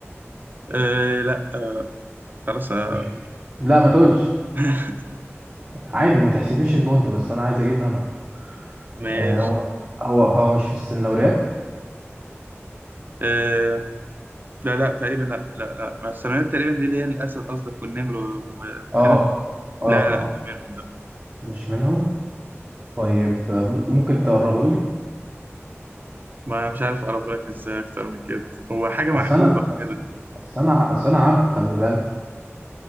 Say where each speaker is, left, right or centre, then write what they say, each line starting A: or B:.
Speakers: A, on the right; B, on the right.
A: أه لا خلاص آه،
B: مش لا ما تقولش
A: <laughs>
B: عادي ما تحسبليش البونت بس انا عايز اجيبها انا
A: ماشي
B: آه هو هو هو مش في السنوريات
A: أه لا لا تقريبا لا لا لا ما السلمونات تقريبا دي اللي هي الاسد قصدك والنمر و- و- وكده
B: اه اه
A: لا لا لا
B: اه
A: مش منهم لا
B: مش منهم طيب م- ممكن تقربه لي
A: ما مش عارف اقربه لك ازاي اكتر من كده هو حاجه محبوبه
B: اصل انا
A: كده
B: اصل انا اصل انا عارفه خلي بالك